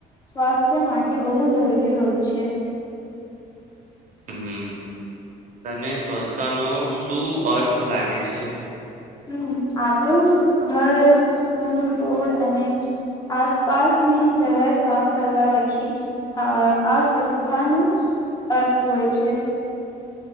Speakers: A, on the left (about 20°); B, on the right (about 50°).
A: સ્વાસ્થ્ય માટે બહુ જરૂરી હોય છે.
B: હમ તને સ્વચ્છતાનો શું અર્થ લાગે છે?
A: હમ આપડું ઘર, સ્કૂલ, રોડ અને આસપાસની જગહ સાફ કરવા રખી. આ અસ્વસ્થતા નું અર્થ હોય છે.